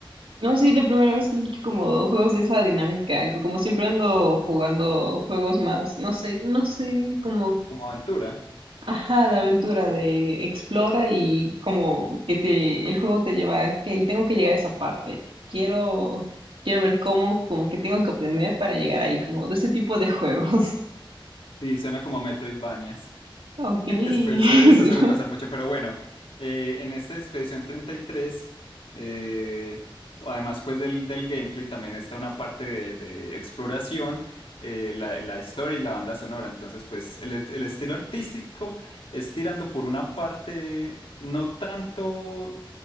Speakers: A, on the right; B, on the left.
A: No, sí, la primera vez que escucho como juegos de esa dinámica, que como siempre ando jugando juegos más, no sé, no sé, como
B: Como aventura.
A: Ajá, de aventura, de explora y como que te, el juego te lleva a, que tengo que llegar a esa parte. Quiero, quiero ver cómo, como que tengo que obtener para llegar ahí, como de ese tipo de juegos. <laughs>
B: Sí, suena como Metroidvanias. <laughs>
A: Ok.
B: Pues Suele- Eso
A: <laughs> sí.
B: suele pasar mucho, pero bueno, eh, en esta expedición 33, eh, además pues del, del gameplay, también está una parte de, de exploración, eh, la, la historia y la banda sonora, entonces pues el, el estilo artístico es tirando por una parte, no tanto,